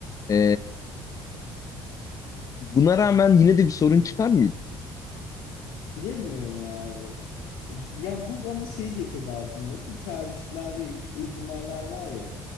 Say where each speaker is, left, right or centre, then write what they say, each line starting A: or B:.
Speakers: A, on the left; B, on the left.
A: e, buna rağmen yine de bir sorun çıkar mıydı?
B: Bilemiyorum abi. Yani bu bana şey getirdi aklıma. Bir tercihler ve ik- ihtimaller var ya.